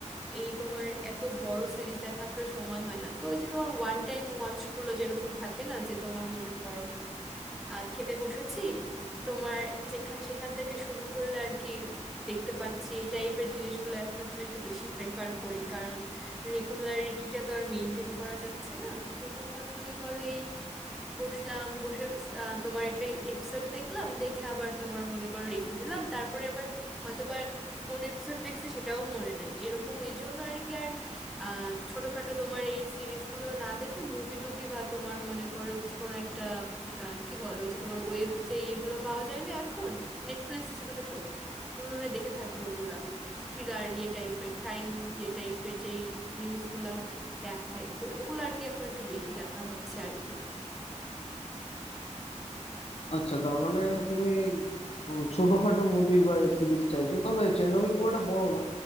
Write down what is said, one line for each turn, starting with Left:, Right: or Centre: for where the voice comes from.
Centre: এই তোমার এত বড় সিরিজ দেখা আসলে সময় হয় না তো ওই যে তোমার ওয়ান টাইম ওয়াচ গুলো যেরকম থাকে না যে তোমার মনে করো আহ, খেতে বসেছি তো তোমার যেখান সেখান থেকে শুরু করলে আর কি দেখতে পাচ্ছি এই টাইপের জিনিসগুলো এখন আসলে একটু বেশি প্রেফার করি কারণ রেগুলারিটিটা তো আর মেনটেন করা যাচ্ছে না তো তোমার মনে করো এই বসলাম বসে আহ, তোমার একটা এপিসোড দেখলাম দেখে আবার তোমার মনে করো রেখে দিলাম তারপরে আবার হয়তো বা আর কোন এপিসোড দেখছি সেটাও মনে নাই এরকম এই জন্য আর কি আর আহ, ছোটখাটো তোমার এই সিরিজগুলো না দেখে মুভি টুভি বা তোমার মনে করো কোনো একটা আহ, কি বলো ওই যে তোমার ওয়েব যে ইয়েগুলো পাওয়া যায় না এখন নেটফ্লিক্সে ছোট ছোট তুমি মনে হয় দেখে থাকবে ওগুলা থ্রিলার ইয়ে টাইপের ক্রাইম ইয়ে টাইপের যেই নিউজগুলা দেখায় তো ওগুলো আর কি এখন একটু বেশি দেখা হচ্ছে আর কি
Left: আচ্ছা তার মানে তুমি ও, ছোটখাটো মুভি বা সিরিজ চাইছো তবে চেরনোবিল খুব একটা বড় না